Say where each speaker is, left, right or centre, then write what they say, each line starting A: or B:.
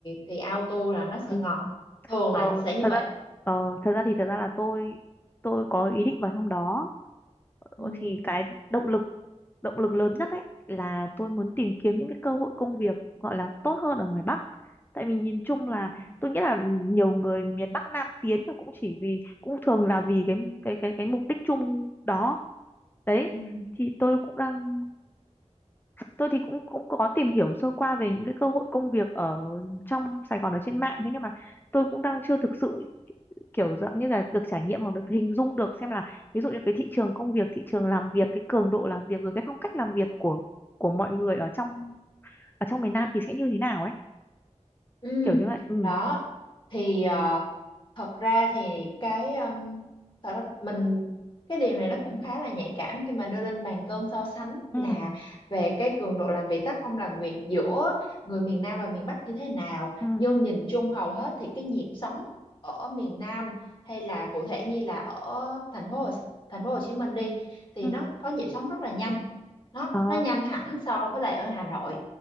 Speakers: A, on the left (about 40°); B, on the left (about 15°).
A: thì auto là nó sẽ
B: ừ,
A: ngọt thường
B: Ờ,
A: là sẽ như
B: thật
A: vậy
B: ra ờ, thật ra thì thật ra là tôi tôi có ý định vào trong đó Ờ,
A: ừ
B: thì cái động lực động lực lớn nhất ấy là tôi muốn tìm kiếm những cái cơ hội công việc gọi là tốt hơn ở ngoài Bắc tại mình nhìn chung là
A: ừ
B: tôi nghĩ là nhiều người miền Bắc Nam tiến là cũng chỉ vì cũng thường là vì cái cái cái cái mục đích chung đó đấy
A: ừ
B: thì tôi cũng đang tôi thì cũng cũng có tìm hiểu sơ qua về những cái cơ hội công việc ở trong Sài Gòn ở trên mạng thế nhưng mà tôi cũng đang chưa thực sự kiểu dạng như là được trải nghiệm hoặc được hình dung được xem là ví dụ như cái thị trường công việc thị trường làm việc cái cường độ làm việc rồi cái phong cách làm việc của của mọi người ở trong ở trong miền Nam thì sẽ như thế nào ấy
A: Ừ,
B: kiểu như vậy ừ
A: đó thì ờ, thật ra thì cái um, thật ra mình cái điều này nó cũng khá là nhạy cảm khi mà đưa lên bàn cân so sánh là
B: ừ
A: về cái cường độ làm việc tác phong làm việc giữa người miền Nam và miền Bắc như thế nào
B: ừ
A: nhưng nhìn chung hầu hết thì cái nhịp sống ở miền Nam hay là cụ thể như là ở thành phố Hồ, thành phố Hồ Chí Minh đi thì
B: ừ
A: nó có nhịp sống rất là nhanh nó
B: ờ
A: nó nhanh hẳn so với lại ở Hà Nội